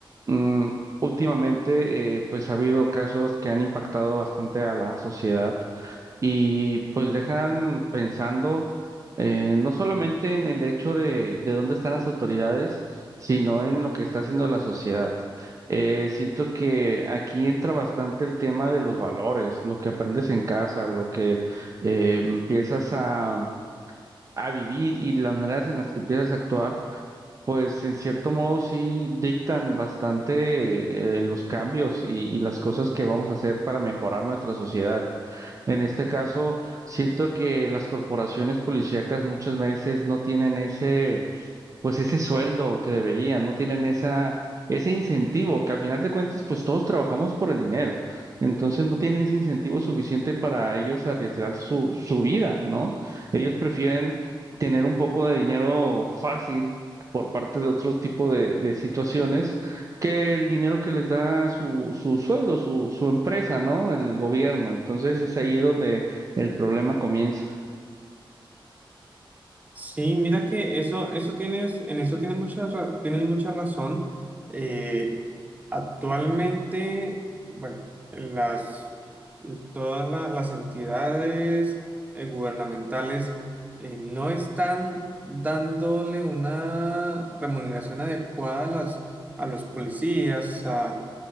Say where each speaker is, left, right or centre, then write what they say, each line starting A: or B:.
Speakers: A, on the right; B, on the right.
A: Mm, últimamente, eh, pues ha habido casos que han impactado bastante a la sociedad y pues dejan pensando. Eh, no solamente en el hecho de, de dónde están las autoridades, sino en lo que está haciendo la sociedad. Eh, siento que aquí entra bastante el tema de los valores, lo que aprendes en casa, lo que eh, empiezas a, a vivir y las maneras en las que empiezas a actuar pues en cierto modo sí dictan bastante eh, los cambios y, y las cosas que vamos a hacer para mejorar nuestra sociedad. En este caso, siento que las corporaciones policíacas muchas veces no tienen ese pues ese sueldo que deberían, no tienen esa, ese incentivo, que al final de cuentas, pues todos trabajamos por el dinero. Entonces no tienen ese incentivo suficiente para ellos arriesgar su, su vida, ¿no? Ellos prefieren tener un poco de dinero fácil por parte de otro tipo de, de situaciones que el dinero que les da su, su sueldo, su, su empresa, ¿no? El gobierno. Entonces es ahí donde el problema comienza.
B: Sí, mira que eso, eso tienes, en eso tienes mucha, ra- tienes mucha razón. Eh, actualmente, bueno, las, todas la- las entidades eh, gubernamentales eh, no están dándole una remuneración adecuada a las, a los policías, a,